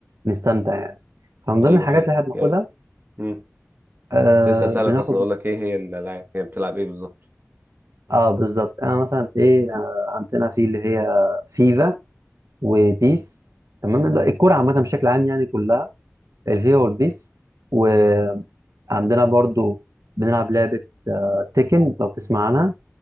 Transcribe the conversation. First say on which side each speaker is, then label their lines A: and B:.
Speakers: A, on the right (about 80°); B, on the right (about 40°).
A: نستمتع يعني فمن ضمن
B: ايوه
A: الحاجات
B: حلو
A: اللي احنا بناخدها
B: يعني امم
A: آه
B: كنت لسه اسالك
A: بناخد
B: اصلا اقول لك ايه هي الالعاب هي بتلعب ايه بالظبط
A: اه بالظبط انا مثلا ايه آه عندنا في اللي هي فيفا وبيس تمام لا، الكرة عامة بشكل عام يعني كلها الفيفا والبيس وعندنا برضو بنلعب لعبة آه تيكن لو تسمع عنها